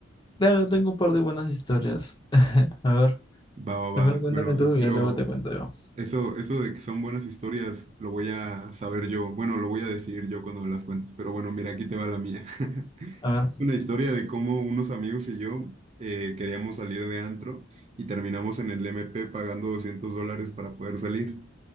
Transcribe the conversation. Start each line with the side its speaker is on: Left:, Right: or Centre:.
Left: Claro, tengo un par de buenas historias. <laughs> A ver,
Right: Va, va, va.
Left: primero cuéntame
Right: Bueno,
Left: tú
Right: espero
Left: y ya luego te cuento yo.
Right: eso, eso de que son buenas historias, lo voy a saber yo. Bueno, lo voy a decidir yo cuando me las cuentes. Pero bueno, mira, aquí te va la mía. <laughs>
Left: A ver.
Right: Una historia de cómo unos amigos y yo eh, queríamos salir de antro y terminamos en el M P pagando 200 dólares para poder salir.